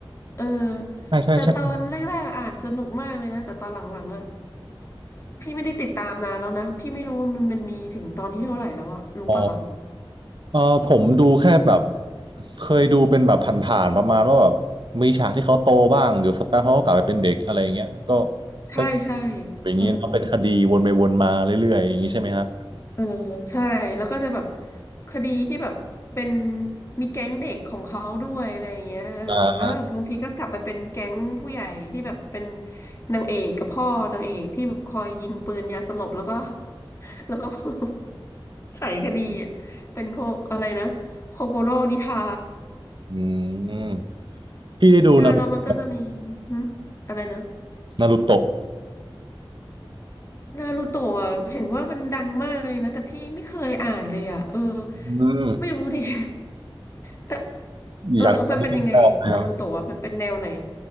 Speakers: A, on the left; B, on the right.
A: เออ
B: ใช่ใช่ใช่
A: แต่ตอนแรกๆอ่านสนุกมากเลยนะแต่ตอนหลังๆอ่ะพี่ไม่ได้ติดตามนานแล้วนะพี่ไม่รู้ว่ามันมันมีถึงตอนที่เท่าไหร่แล้วอะรู้ป่ะคะ
B: อ๋อ เออผมดูแค่แบบเคยดูเป็นแบบผ่านๆประมาณว่าแบบมีฉากที่เขาโตบ้างเดี๋ยวสักแป๊บเขาก็กลับไปเป็นเด็กอะไรอย่างเงี้ยก็
A: ใช่ใช่
B: ก็อย่างนี้เนอะเป็นคดีวนไปวนมาเรื่อยๆอย่างนี้ใช่ไหมฮะ
A: อืม เออใช่แล้วก็จะแบบคดีที่แบบเป็นมีแก๊งเด็กของเขาด้วยอะไรอย่างเงี้ยเออแล้วบางทีก็กลับไปเป็นแก๊งผู้ใหญ่ที่แบบเป็น
B: อ่า
A: นางเอกกับพ่อนางเอกที่แบบคอยยิงปืนยาสลบแล้วก็ <laughs> แล้วก็ <laughs> ไขคดีอ่ะเป็นโคอะไรนะโคโกโร่นิทา
B: อืมพี่ได้ดูนารุ
A: ใช่ไหมแล้วมันก็จะมีหึอะไรนะ
B: นารุโตะ
A: นารูโตะอะเห็นว่ามันดังมากเลยนะแต่พี่ไม่เคยอ่านเลยอ่ะเออ
B: อืม
A: ไม่รู้ดิ <laughs> แต่เออมันเป็นยังไงนารูโตะอะมันเป็นแนวไหน
B: อยากฟังเรื่องต่อเลยครับ